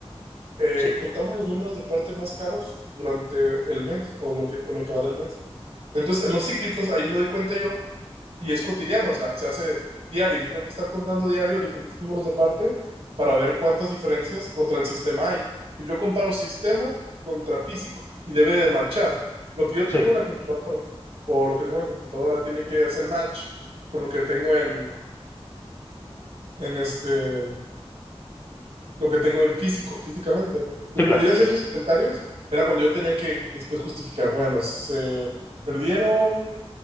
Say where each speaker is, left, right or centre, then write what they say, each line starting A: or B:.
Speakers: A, on the right (about 70°); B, on the left (about 20°).
A: eh,
B: Sí,
A: contamos los números de parte más caros durante el mes o lo que, o lo que va del mes. Entonces, en los cíclicos, ahí me doy cuenta yo, y es cotidiano, o sea, se hace diario. Yo tengo que estar contando diario diferentes números de parte para ver cuántas diferencias contra el sistema hay. Yo comparo sistema contra físico y debe de matchar. Lo que yo
B: sí,
A: tengo en la computadora o lo que tengo en la computadora tiene que hacer match con lo que tengo en en este, lo que tengo en físico, físicamente. Entonces,
B: sí, claro,
A: cuando yo hacía
B: sí.
A: sus inventarios, era cuando yo tenía que después justificar, bueno, se perdieron,